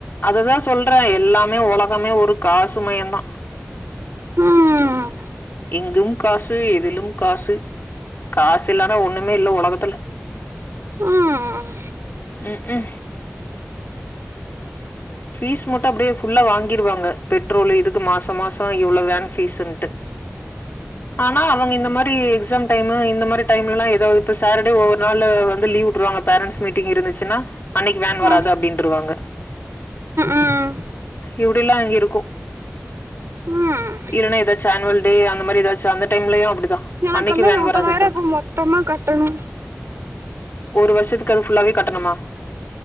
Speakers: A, on the left; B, on the right.
A: அததா சொல்றே எல்லாமே உலகமே ஒரு காசு மயந்தா
B: ம்
A: எங்கும் காசு எதிலும் காசு காசு இல்லனா ஒண்ணுமே இல்ல உலகத்துல
B: ம் ம்
A: ம் ம் ஃபீஸ் மட்டு அப்டியே ஃபுல்லா வாங்கிருவாங்க பெட்ரோல் இதுக்கு மாசோ மாசோ இவ்வளவு வேன் ஃபீஸ்ன்ட்டு ஆனா அவங்க இந்த மாதிரி எக்ஸாம் டயமு இந்த மாரி டயம்லல்லா ஏதாவது இப்ப சேட்டர்டே ஒவ்வொரு நாள் வந்து லீவ் விட்டுறுவாங்க பேரண்ட்ஸ் மீட்டிங் இருந்துச்சுன்னா அன்னக்கி வேன்
B: ம்
A: வராது அப்டின்னுருவாங்க
B: ம்
A: இப்படிலா அங்க இருக்கு
B: ம் ம்
A: இல்லன்னா ஏதாச்சு ஆனுவல் டே அந்த மாரி ஏதாச்சு அந்த டயம்லயு அப்டிதா
B: எனக்கெல்லா
A: அன்னைக்கு வேன்
B: நாப்பதாயிரோ
A: வராதுன்ற
B: அப்ப மொத்தமா கட்டணு
A: ஒரு வருஷத்துக்கு அது ஃபுல்லாவே கட்டணுமா